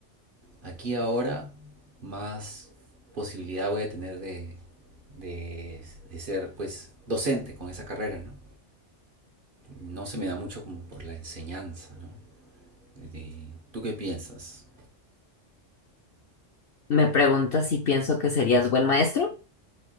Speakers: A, on the right; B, on the left.
A: aquí ahora, más posibilidad voy a tener de, de, de ser, pues, docente con esa carrera, ¿no? No se me da mucho como por la enseñanza, ¿no? Eh, ¿Tú qué piensas?
B: Me preguntas si pienso que serías buen maestro.